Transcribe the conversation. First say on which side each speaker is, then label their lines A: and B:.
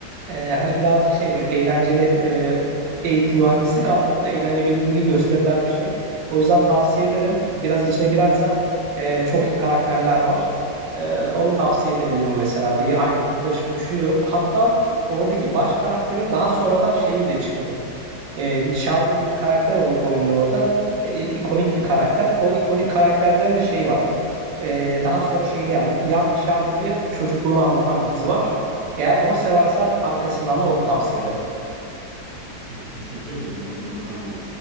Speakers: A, on the right; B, on the right.
A: e, hani birazcık şey böyle eğlenceli e, eğitim mühendislik anlamında eğlenebildiğini gösterilen bir şey. O yüzden tavsiye ederim. Biraz içine girersen e, çok iyi karakterler var. E, onu tavsiye edebilirim mesela diye aynen baş- düşünüyorum. Hatta oradaki baş karakterin daha sonradan şeyi bile çıktı. E, Sheldon diye bir karakter oy- oynuyor orada. E, ikonik bir karakter. O ikonik karakterden de şey var. Ee, daha sonra şeyini yaptılar. Young Sheldon diye çocukluğunu anlatan bir dizi var. Eğer onu seversen arkasından da onu tavsiye ederim.
B: Peki teşekkür ederim. Ondan not aldım.